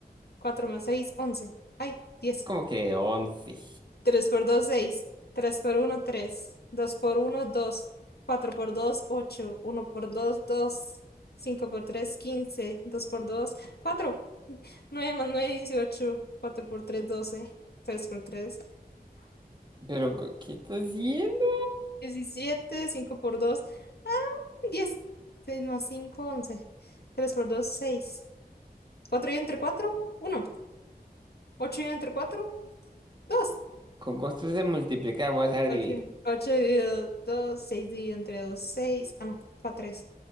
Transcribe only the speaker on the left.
cuatro más seis once ay, diez
tres por dos seis tres por uno tres dos por uno dos cuatro por dos ocho uno por dos dos cinco por tres quince dos por dos cuatro nueve más nueve dieciocho cuatro por tres doce seis por tres
diecisiete cinco por 2, diez seis más cinco once tres por dos seis cuatro y entre cuatro uno ocho y entre cuatro dos
ocho ocho dividido dos 6 dividido entre dos seis Ah, no, fue tres